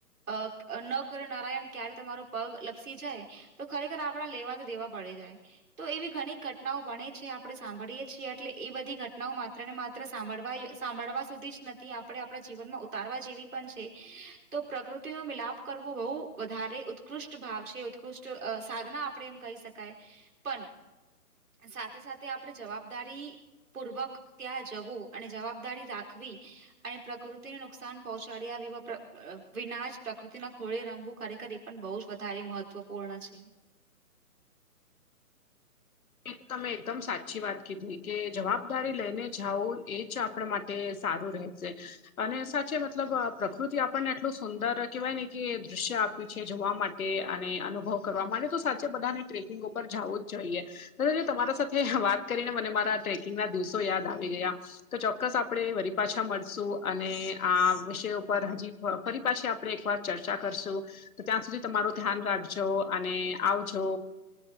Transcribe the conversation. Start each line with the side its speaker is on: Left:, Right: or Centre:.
Right: અ ન કરે નારાયન ક્યારે તમારો પગ લપસી જાય તો ખરેખર આપડા લેવા કે દેવા પડી જાય તો એવી ઘણી ઘટનાઓ બણે છે, આપણે સાંભળીએે છીએ એટલે એ બધી ઘટનાઓ માત્ર ને મા ત્ર સાંભળવા એ સાંભળવા સુધી જ નથી આપણે આપણા જીવનમાં ઉતારવા જેવી પન છે. તો પ્રકૃતિનો મિલાપ કરવો બહુ વધારે ઉત્કૃષ્ટ ભાવ છે, ઉત્કૃષ્ટ અ સાધના આપણે એમ કહી શકાય પન સાથે સાથે આપણે જવાબદારી પૂર્વક ત્યાં જવું અને જવાબદારી રાખવી અને પ્રકૃતિને નુકસાન પહોંચાડ્યા વિવા વિના જ પ્રકૃતિના ખોળે રમવું ખરેખર એ પણ બહુ જ વધારે મહત્વપૂર્ણ છે.
Left: એ તમે એકદમ સાચી વાત કીધી કે જવાબદારી લઈને જાઓ એ જ આપણા મા તે સારું રહે છે. અને સાચે મતલબ અ પ્રકૃતિ આપણને એટલું સુંદર કેહેવાય ને કે દૃશ્ય આપ્યું છે, જોવા મા તે અને અનુભવ કરવા માટે તો સાચે બધાને ટ્રેકિંગ ઉપર જાવું જ જોઈએ એટલે જો તમારા સાથે વાત કરીને મને મારા ટ્રેકિંગના દિવસો યાદ આવી ગયા તો ચોક્કસ આપણે વરી પાછા મળશું અને આ વિષય ઉપર હજી હ ફરી પાછી આપણે એક વાર ચર્ચા કરશું. તો ત્યાં સુધી તમારો ધ્યાન રાખજો અને આવજો